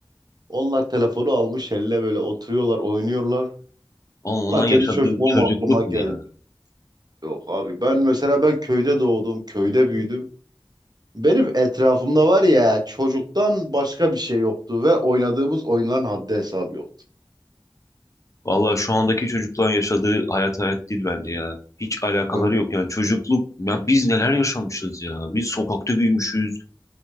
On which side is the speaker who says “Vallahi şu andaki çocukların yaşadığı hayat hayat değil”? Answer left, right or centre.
Left